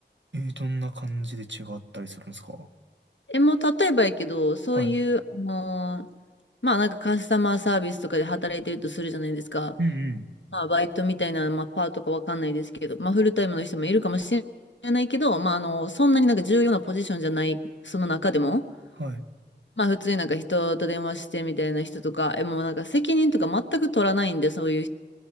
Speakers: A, on the right; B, on the left.
A: えー、どんな感じで違ったりするんですか
B: え、もう例えばやけど、そういう、
A: はい。
B: あのーまあなんかカスタマーサービスとかで働いてるとするじゃないですか。
A: うんうん。
B: まあバイトみたいな、まあパートかわかんないですけど、まあフルタイムの人もいるかもしれないけど、まああの、そんなになんか重要なポジションじゃない、その中でも。
A: はい。
B: まあ普通になんか人と電話してみたいな人とか、え、もうなんか責任とか全く取らないんで、そういう人。